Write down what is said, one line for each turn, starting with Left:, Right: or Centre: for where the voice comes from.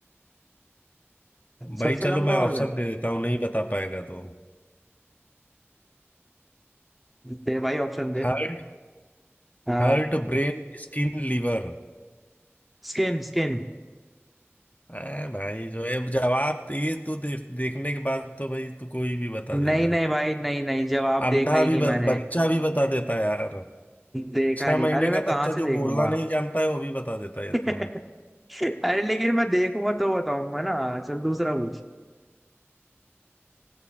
Left: भाई
Centre: सबसे
Left: चलो
Centre: लंबा
Left: मैं ऑप्शन
Centre: ऑर्गन
Left: दे देता हूँ नहीं बता पाएगा तो
Centre: दे भाई ऑप्शन दे
Left: Heart
Centre: हाँ
Left: Heart brain skin liver
Centre: Skin skin
Left: ए भाई जो है, अब जवाब तो ये तो दे, देखने के बाद तो भाई तू कोई भी बता
Centre: नहीं
Left: देगा
Centre: नहीं भाई नहीं नहीं जवाब
Left: अंधा
Centre: देखा ही
Left: भी
Centre: नहीं
Left: ब,
Centre: मैंने
Left: बच्चा भी बता देता है यार
Centre: देखा
Left: छह
Centre: नहीं
Left: महीने
Centre: अरे मैं
Left: का
Centre: कहाँ
Left: बच्चा
Centre: से देखूंगा
Left: जो बोलना नहीं जानता है वो भी बता देता है ये
Centre: <laughs>
Left: तो
Centre: अरे लेकिन मैं देखूंगा तो बताऊंगा ना चल दूसरा पूछ